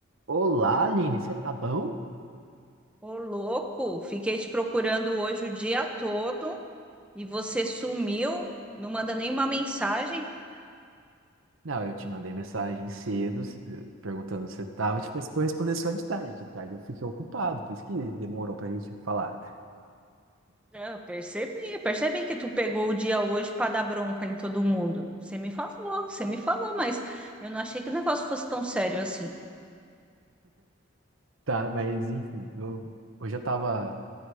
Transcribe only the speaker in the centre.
Ô, louco, fiquei te procurando hoje o dia todo e você sumiu, não manda nenhuma mensagem.
Eu percebi, percebi que tu pegou o dia hoje para dar bronca em todo mundo. Você me falou, você me falou, mas eu não achei que o negócio fosse tão sério assim.